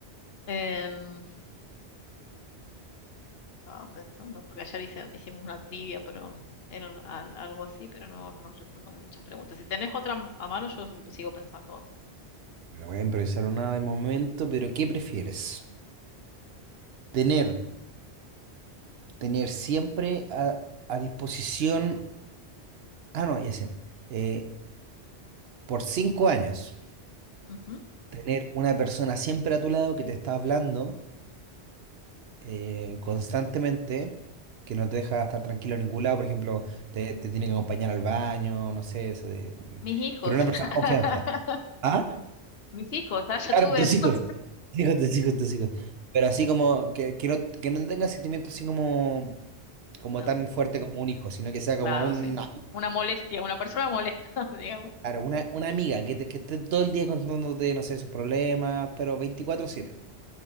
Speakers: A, on the left; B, on the right.
A: Em, Estaba pensando, porque ayer hice- hicimos una trivia, pero era al- algo así, pero no, no recuerdo muchas preguntas. Si tenés otra a mano, yo sigo pensando otra.
B: Me la voy a improvisar una de momento, pero ¿qué prefieres? Tener, tener siempre a, a disposición, ah, no, ya sé, eh, por cinco años,
A: Ujú.
B: tener una persona siempre a tu lado que te está hablando eh, constantemente que no te deja estar tranquilo en ningún lado, por ejemplo, te, te tiene que acompañar al baño, no sé, eso de... mm,
A: Mis hijos.
B: Pero una persona
A: <laughs>
B: de confianza. ¿Ah?
A: Mis hijos, ah, ya
B: Claro,
A: tuve
B: tus
A: eso.
B: hijos. Tus Hijos, tus hijos, tus hijos. Pero así como que, que no, que no tenga sentimientos así como, como
A: No,
B: tan
A: sí.
B: fuerte como un hijo, sino que sea
A: Claro,
B: como un...
A: sí. Una molestia, una persona molesta, <laughs> digamos.
B: Claro, una, una amiga que, te- que esté todo el día contándote, no sé, sus problemas, pero veinticuatro
A: Ujú.
B: siete